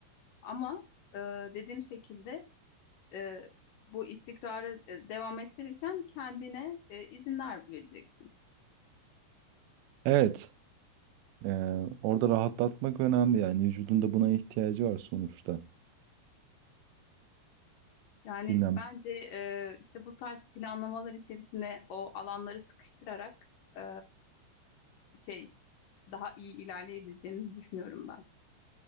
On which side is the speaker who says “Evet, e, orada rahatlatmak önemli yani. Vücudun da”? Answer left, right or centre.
Right